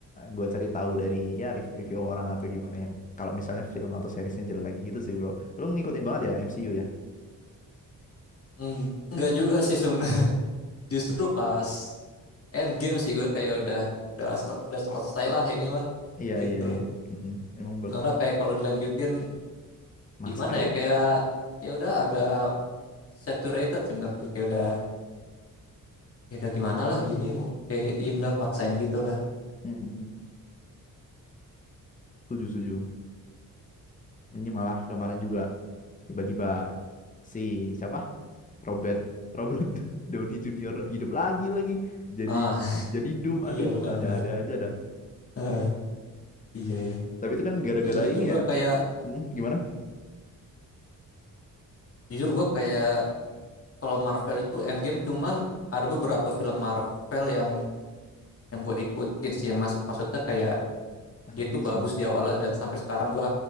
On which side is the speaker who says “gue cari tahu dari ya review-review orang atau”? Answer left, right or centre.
Left